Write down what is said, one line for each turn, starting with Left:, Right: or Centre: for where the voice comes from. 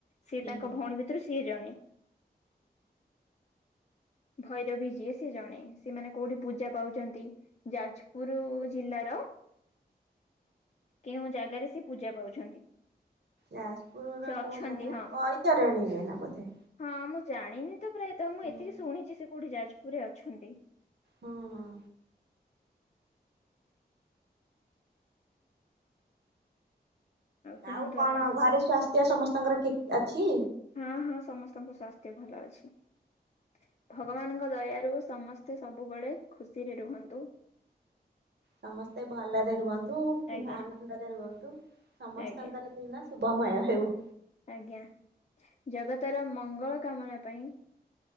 Left: ସିଏ
Right: ହୁଁ।
Left: ତାଙ୍କ ଭଉଣୀ ଭିତରୁ ସିଏ ଜଣେ। ଭୈରବୀ ଯିଏ ସିଏ ଜଣେ। ସେମାନେ କୋଉଠି ପୂଜା ପାଉଛନ୍ତି ଯାଜପୁର ଜିଲ୍ଲାର କେଉଁ ଜାଗାରେ ସେ ପୂଜା ପାଉଛନ୍ତି?
Right: ଯାଜପୁର ନା
Left: ସେ ଅଛନ୍ତି
Right: କୋଉ ଜାଗାରେ?
Left: ହଁ
Right: ବୈତରଣୀରେ ବୋଧେ।
Left: ହଁ ମୁଁ ଜାଣିନି ତ ପ୍ରାୟତଃ ମୁଁ
Right: ହୁଁ
Left: ଏତିକି ଶୁଣିଛି ସେ କୋଉଠି ଯାଜପୁରରେ ଅଛନ୍ତି।
Right: ହଁ ହଁ।
Left: କୁହନ୍ତୁ
Right: ଆଉ କଣ
Left: ଆପଣ
Right: ଘରେ ସ୍ୱାସ୍ଥ୍ୟ ସମସ୍ତଙ୍କର ଠିକ ଅଛି?
Left: ହଁ ହଁ ସମସ୍ତଙ୍କ ସ୍ୱାସ୍ଥ୍ୟ ଭଲ ଅଛି। ଭଗବାନଙ୍କ ଦୟାରୁ ସମସ୍ତେ ସବୁବେଳେ ଖୁସିରେ ରୁହନ୍ତୁ।
Right: ସମସ୍ତେ ଭଲରେ ରୁହନ୍ତୁ
Left: ଆଜ୍ଞା
Right: ଆନନ୍ଦରେ ରୁହନ୍ତୁ ସମସ୍ତଙ୍କର
Left: ଆଜ୍ଞା
Right: ଦିନ ଶୁଭ ମୟ ହେଉ।
Left: ଆଜ୍ଞା ଜଗତର ମଙ୍ଗଳ କାମନା ପାଇଁ